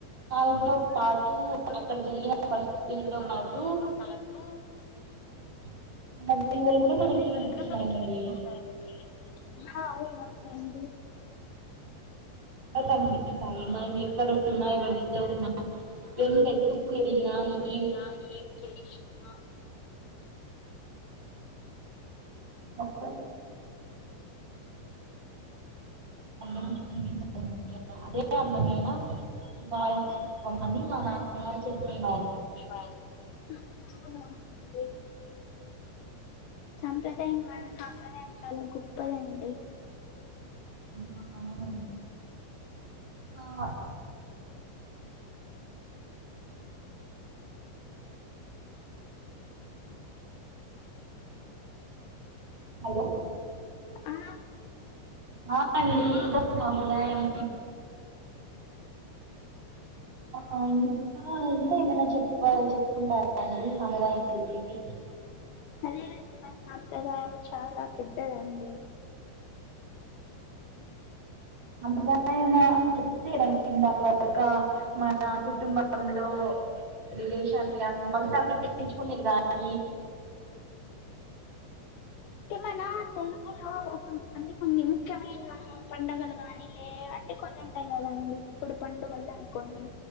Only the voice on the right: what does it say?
కాలంతో పాటు అక్కడ జరిగిన పరిస్థితుల్తో పాటు
<unintelligible> మనకి
వినిపించినాయండి.
కనిపిస్తాయి మనం ఎక్కడ ఉన్నా ఎవరితో ఉన్నా ఎంత ఎత్తుకు ఎదిగినా ఎం
అత్త <inaudible> అదే అందమైన బారం అని మా నాన్న గారు చెప్పినారు
ఉమ్ అవును ఆ హలో
ఆ అండి ఇంకా సాంప్రదాయం ఆ ఇంకా ఇంకా ఏమైనా చెప్ప చెప్పుకుంటారండి సాప్రదాయం గురించి
అందులో ఏమైనా చెప్తే దాని కింద ఒక మన కుటుంబంలో రిలేషన్ల భవితల్నీ పెంచుకునేది గానీ